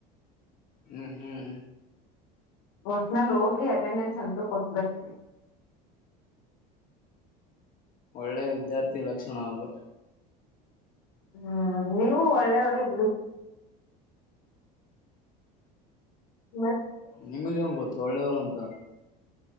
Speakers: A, on the left; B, on the left.
A: ಹ್ಮ್ ಹ್ಮ್
B: ಹೊಟ್ನಲ್ಲಿ ಹೋಗಿ ಅಟೆಂಡೆನ್ಸ್ ಅಂತೂ ಕೊಟ್ಟಬಿಡ್ತೀವಿ
A: ಒಳ್ಳೆ ವಿದ್ಯಾರ್ಥಿ ಲಕ್ಷಣ ಆವು
B: ಹ್ಮ್ ನೀವು ಒಳ್ಳೆಯವರೇ ಬಿಡಿ ಮತ್
A: ನಿಮಗೆ ಎಂಗ್ಗೊತ್ ಒಳ್ಳೆಯವರು ಅಂತ.